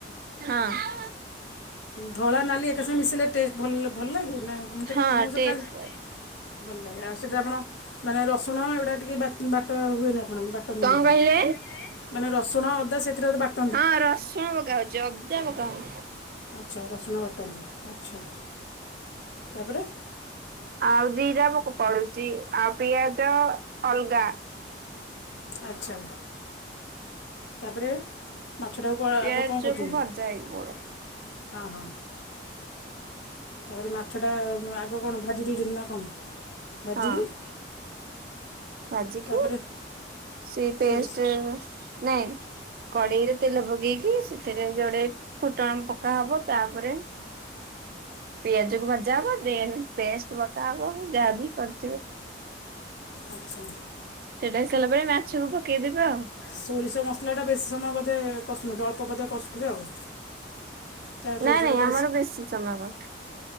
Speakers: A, on the right; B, on the left.
A: ହଁ।
B: ଧଳା ନାଲି ଏକାସଙ୍ଗେ ମିଶିଲେ ଟେଷ୍ଟ ଭଲ ଭଲ ଲାଗେ ନା ମୁ
A: ହଁ
B: ଟେ ମଉସ
A: ଟେଷ୍ଟ
B: ଖାଇବି।
A: ପାଇଁ
B: ଭଲ ଲାଗେ, ଆଉ ସେଇଟା ଆପଣ ମାନେ ରସୁଣ ଏଗୁଡ଼ା ଟିକେ ବା ବାଟ ହୁଏନି ଆପଣ, ବାଟ <unintelligible>
A: କଣ କହିଲେ
B: ମାନେ ରସୁଣ ଅଦା ସେଥିରେ ବାଟ
A: ହଁ ରସୁଣ ପକା ହଉଛି, ଅଦା ପକା ହଉନି।
B: ଆଛା, ରସୁଣ ବାଟନ୍ତି, ଆଛା ତାପରେ
A: ଆଉ ଜିରା ପକ ପଡୁଛି ଆଉ ପିଆଜ ଅଲଗା।
B: ଆଛା ତାପରେ ମାଛଟାକୁ କ
A: ପିଆଜକୁ
B: ଆଗ କଣ କରୁଛନ୍ତି?
A: ଭଜା ହେଇକି ଗୋଡ
B: ହ ହଁ। ତାପରେ ମାଛଟା ଆଗ କଣ ଭାଜି ଦେଉଛନ୍ତି ନା କଣ ଭାଜିକି
A: ହଁ
B: <inaudible>
A: ଭାଜିକି
B: ତାପରେ
A: ସେ
B: ସୋରିଷ
A: ପେଷ୍ଟ, ନାଇଁ କଡେଇରେ ତେଲ ପକେଇକି ସେଥିରେ ଯୋଡେ ଫୁଟଣ ପକା ହବ, ତାପରେ ପିଆଜ କୁ ଭଜା ହବ, ଦେନ୍ ପେଷ୍ଟ ପକା ହବ, ଯାହାବି କରିଥିବେ।
B: ଆଛା।
A: ସେଟା ହେଇସାରିଲା ପରେ, ମାଛକୁ ପକେଇଦବା ଆଉ।
B: ସୋରିଷ ମସଲାଟା ବେଶୀ ସମୟ ବୋଧେ କଷୁନ, ଅଳ୍ପ ବୋଧେ କସୁଥିବେ ଆଉ। କାରଣ ସୋରିଷଟା
A: ନାଇଁ ନାଇଁ
B: ତ
A: ଆମର ବେଶୀ ସମୟ କସୁ।